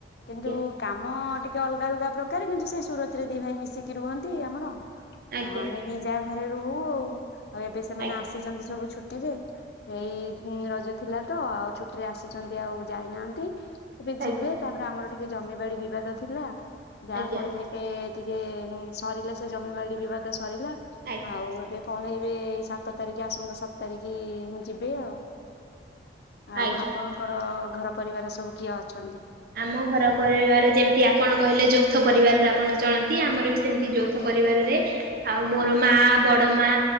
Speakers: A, on the left; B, on the right.
A: କିନ୍ତୁ
B: ଆଜ୍ଞା
A: କାମ ଟିକେ ଅଲଗା। ଅଲଗା ଅଲଗା ପ୍ରକାର କିନ୍ତୁ ସେଇ ସୁରତ ରେ ଦି ଭାଇ ମିଶିକି ରୁହନ୍ତି ଆମର
B: ଆଜ୍ଞା ଆଜ୍ଞା
A: ଆଉ ଆମେ ଦି ଯା ଘରେ ରହୁ ଆଉ ଆଉ ଏବେ ସେମାନେ
B: ଆଜ୍ଞା
A: ଆସିଛନ୍ତି ସବୁ ଛୁଟିରେ। ଏଇ ରଜ ଥିଲା ତ ଆଉ ଛୁଟିରେ ଆସିଛନ୍ତି ଆଉ ଯାଇନାହାନ୍ତି। ଏବେ ଯିବେ
B: ଆଜ୍ଞା
A: ତାପରେ ଆମର ଟିକେ ଜମିବାଡି ବିବାଦ ଥିଲା ଯାହା
B: ଆଜ୍ଞା
A: କୁହନି ଏ ଟିକେ ସରିଲା ସେ ଜମିବାଡ଼ି ବିବାଦ ସରିଲା
B: ଆଜ୍ଞା
A: ଆଉ ଏବେ ପଳେଇବେ ଏଇ ସାତ ତାରିଖ ଆସନ୍ତା ସାତ୍ ତାରିଖି ମୁଁ ଯିବି ଆଉ- ଆଉ
B: ଆଜ୍ଞା
A: ଆପଣଙ୍କର ଘର ପରିବାରରେ ସବୁ କିଏ ଅଛନ୍ତି?
B: ଆମ ଘର ପରିବାରରେ ଯେମିତି ଆପଣ କହିଲେ ଯୌଥ ପରିବାରରେ ଆପଣ ଚଳନ୍ତି ଆମର ବି ସେମିତି ଯୌଥ
A: ଆଜ୍ଞା।
B: ପରିବାରରେ ଆଉ ମୋର ମା, ବଡ ମା,